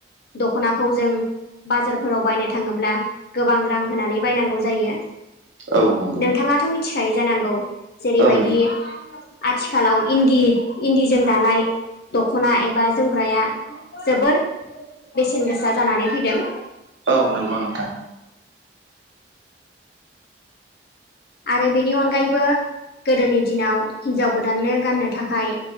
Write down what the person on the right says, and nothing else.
औ नंगौ
ओं
औ नोंगौ नोंथां।